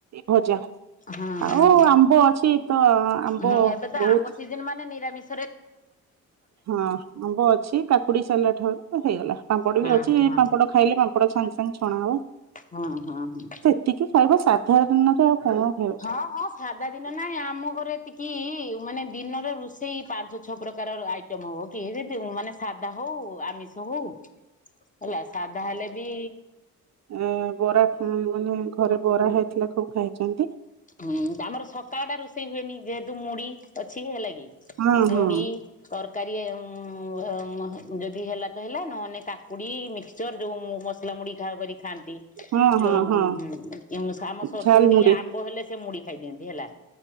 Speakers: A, on the right; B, on the left.
A: ଭଜା।
B: ହଁ ହଁ
A: ଆଉ ଆମ୍ବ ଅଛି ତ ଆମ୍ବ
B: ହଁ ଏବେ ତ
A: ବହୁତ
B: <unintelligible> ମାନେ ନିରାମିଷ
A: ହଁ ଆମ୍ବ ଅଛି କାକୁଡି ସାଲଟ ହବ ହେଇଗଲା ପାମ୍ପଡ
B: ହଁ
A: ବି ଅଛି
B: ହଁ
A: ପାମ୍ପଡ ଖାଇଲେ ପାମ୍ପଡ଼ ସାଙ୍ଗେ ସାଙ୍ଗେ ଛଣା ହବ।
B: ହଁ ହଁ ହୁଁ।
A: ଟିକେ ଖାଇବା ସାଧା <unintelligible> ଆଉ କଣ ଖାଇ
B: ହଁ ହଁ ସାଧା ଦିନ ନାଇଁ ଆମ ଘରେ ଏତିକି ମାନେ ଦିନରେ ରୋଷେଇ ପାଞ୍ଚ ଛଅ ପ୍ରକାର ର ଆଇଟମ ହବ କି ଯଦି ମାନେ ସାଧା ହଉ ଆମିଷ ହଉ ହେଲା ସାଧା ହେଲେ ବି
A: ଏ ବରା ମାନେ ଘରେ ବରା ହେଇଥିଲେ ସବୁ ଖାଇଚନ୍ତି।
B: ହୁଁ ଆମର ସକାଳ ଟା ରୋଷେଇ ହୁଏନି ଯେହେତୁ ମୁଡି ଅଛି ହେଲା କି
A: ହଁ ହଁ।
B: ମୁଡି ତରକାରୀ ଉ ଉମ ଉ ଯଦି ହେଲା ତ ହେଲା ନହେଲେ କାକୁଡି ମିକ୍ ଚର ଯୋଉ ମସଲା ମୁଡି ଖା କରିକି ଖାଆନ୍ତି।
A: ହଁ
B: ଛୋ
A: ହଁ
B: ଉମ
A: ହଁ
B: ହଁ ଆମ ଶ୍ୱଶୁର
A: ଝାଲ
B: ଟିକେ
A: ମୁଢି
B: ଆମ୍ବ ହେଲେ ସେ ମୁଢ଼ି ଖାଇଦିଅନ୍ତି ହେଲା।